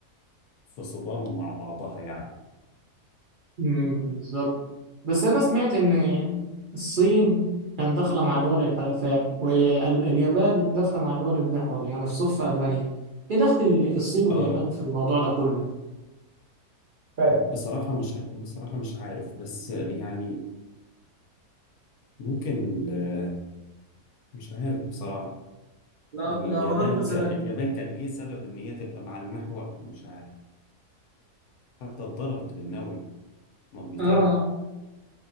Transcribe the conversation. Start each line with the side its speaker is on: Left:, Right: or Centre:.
Left: في صدام مع بعضها يعني
Right: امم بالظبط بس انا سمعت ان الصين كان داخله مع دول الحلفاء واليابان داخله مع دول المحور يعني في صف المانيا ايه دخل الصين واليابان
Left: اه
Right: في الموضوع ده كله فاهم
Left: بصراحة مش بصراحة مش عارف بس يعني ممكن ال- مش عارف بصراحة
Right: لا
Left: يعني
Right: لا
Left: اليابان
Right: غرض مثلا
Left: ك... اليابان كان ايه سبب ان هي تبقى مع المحور مش عارف حتى اتضربت بالنووي مرتين
Right: اه